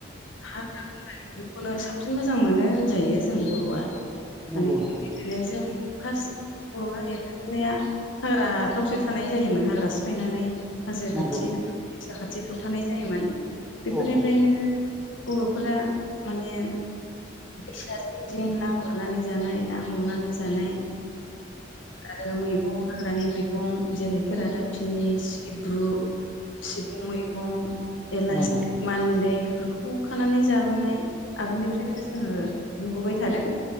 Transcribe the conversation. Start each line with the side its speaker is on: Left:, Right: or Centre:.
Left: हाग्रा बनाय'खौनो साबसिन मोजां मोनो होनजायो जों बर'आ
Centre: नंगौ
Left: माने
Centre: नंगौ
Left: नो जों फार्स्ट बर' हारिया थिनाया हाग्रा थावसो थानाय जायोमोन हाग्रा सिफायनानै हाजो
Centre: नंगौ
Left: खाथि बेफोर फसा खाथि बेफोराव थानाय जायोमोन बेफोरनिफ्रायनो
Centre: औ औ
Left: बर'फोरा माने दैसाजोंं ना गुरनानै जानाय ना हमनानै जानाय आरो मैगं हाग्रानि मैगं जेरै खेरादाफिनि सिब्रु सिबुं मैगं एलासि
Centre: नंगौ
Left: मान्दै बेफोरखौ खानानै जाबोनाय आगोलनि खायनो जोङो नुबोबाय थादों।